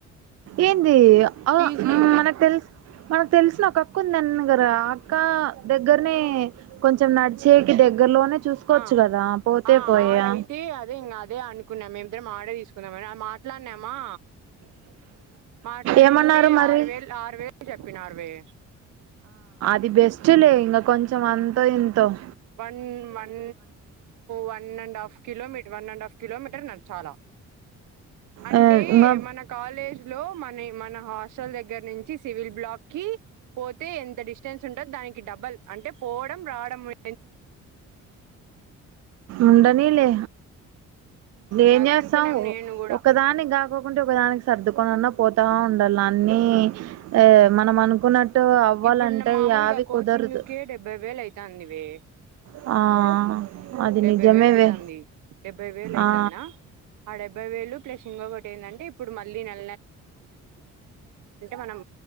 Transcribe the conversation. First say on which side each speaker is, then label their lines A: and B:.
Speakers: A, on the right; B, on the right.
A: ఏంది ఆ
B: పిజి
A: మనకు తెలుసు మనకు తెలిసిన ఒక అక్క ఉందన్నగారా ఇంకా దగ్గరనే కొంచెం నడిచేకి దగ్గరలోనే చూసుకోవచ్చు
B: ఆ
A: కదా పోతే
B: ఆ ఆ
A: పోయా
B: ఆడయితే అదే ఇంకా అదే అనుకున్నాం మేమిద్దరం ఆర్డర్ తీసుకుందామని అది మాట్లాడినామా, మాట్లాడింటే
A: ఏమన్నారు మరి
B: ఆరు వేలు ఆరు వేలు చెప్పినర్వే
A: ఇది బెస్ట్లెఇంక కొంచం మొత్తం అంతా తింటావ్
B: one one one and half kilometre one and half kilometre నడ్ చాలా అంటే
A: ఆ ఇంగ
B: మన కాలేజ్ లో మని మన హాస్ట హాస్టల్ దగ్గర నుంచి సివిల్ బ్లాక్ కి పోతే ఎంత డిస్టెన్స్ డిస్టెన్స్ ఉంటాది దానికి డబల్ అంటే పోవడం రావడం నున్
A: ఉండని లే ఏం
B: అదే
A: చేస్తాం
B: అనుకున్నాం నేను కూడా
A: ఒకదానికి గాకోకుంటే ఒకదానికి సర్దుకొని అన్నా పోతా ఉండాల్ల అన్నీ ఏ మనం అనుకున్నట్టు అవ్వాలంటే
B: ఇప్పుడు మామూలుగా
A: యావి
B: కోచింగ్
A: కుదరదు
B: కే డెబ్బై డేబ్బే వెలు ఆవుతు ఇస్తందివే
A: ఆ అది
B: డెబ్బై
A: నిజమేవే
B: వేలు అయితంది డెబ్బై వేలు అయితంద
A: ఆ
B: ఆ డెబ్బై వేలు ప్లస్ ఇంకటి ఏంటంటే ఇప్పుడు మళ్ళీ నాక్ మనం